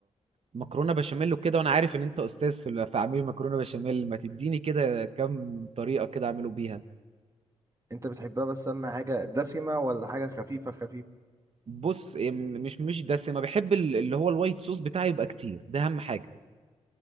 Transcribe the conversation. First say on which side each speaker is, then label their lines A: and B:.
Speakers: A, on the right (about 55°); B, on the right (about 25°).
A: مكرونه بشاميل وكده وانا عارف ان انت استاذ في ال- في عميل مكرونه بشاميل ما تديني كده كام طريقه كده اعمله بيها
B: انت بتحبها بس اما حاجة دسمة ولا حاجة خفيفة خفيفة
A: بص إيه، م- مش مش دسمه بحب ال- اللي هو الوايت صوص بتاعي يبقى كتير ده اهم حاجه